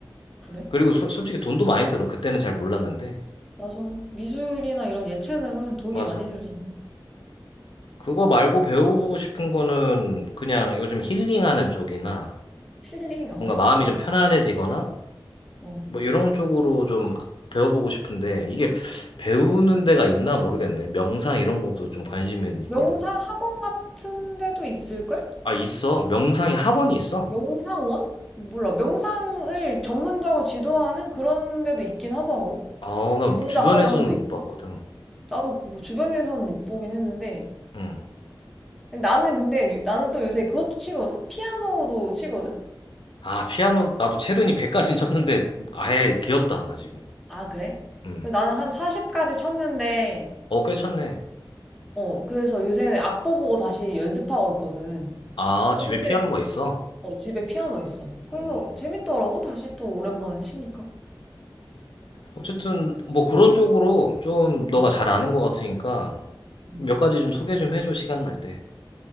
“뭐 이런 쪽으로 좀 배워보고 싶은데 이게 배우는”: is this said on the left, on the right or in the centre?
Left